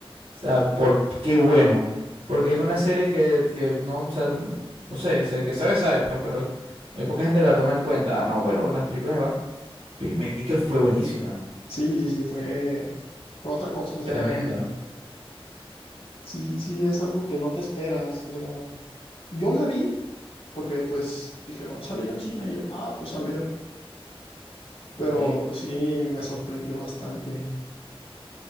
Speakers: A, on the right (about 65°); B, on the left (about 75°).
A: sea, por qué bueno. Porque es una serie que, que no, o sea, no sé, o sea, el que sabe, sabe, pues, pero muy poca gente la toma en cuenta. Ah, no, bueno, las películas de Batman. Peacemaker fue buenísima.
B: Sí, sí, sí, fue, fue otra cosa, o sea,
A: Tremenda.
B: sí, sí es algo que no te esperas, o sea, yo la vi porque pues dijeron, sale John Cena y yo, ah, pues a ver,
A: Ok.
B: pero sí me sorprendió bastante.